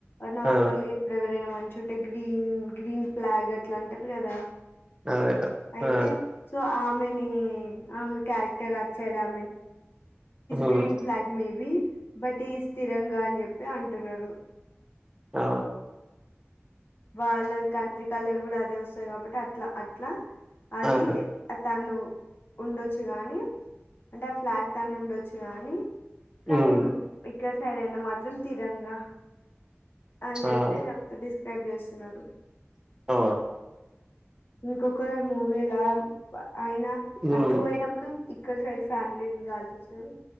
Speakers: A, on the left; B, on the right.
A: నార్మల్గా
B: ఆ
A: ఎప్పుడ ఎవరైనా మంచిగా ఉంటే గ్రీన్ గ్రీన్ ఫ్లాగ్ అట్లా అంటారు కదా
B: అదే
A: అయితే
B: ఆ
A: సో ఆమెేను కారక్ర్ వచ్చా
B: హ్మ్
A: గ్రన్ మేబి బటి స్థిరంగా అని చెప్పి అంటున్నారు
B: అ
A: వాళ్ళ కండ్రి కలర్ కూడా అదే వస్తాయి కాబట్టి అట్లా అట్లా అది
B: ఆహా
A: తను ఉండొచ్చు గాని అంటే ఆ ఫ్లాగ టన్ ఉండొచ్చు గానీ
B: హ్మ్
A: కానీ ఇక్కడ సైడైనా మాత్రం తీరంగా అని చెప్పి
B: అవును
A: చెప్తూ డిస్క్రైబ్ చేస్తున్నాడు
B: ఆ
A: ఇంకొక మూవీలా ఆయన
B: హ్మ్
A: అటు పోయినప్పుడు ఇక్కడ సైడ్ ఫ్యామిలీని కాల్చసాడు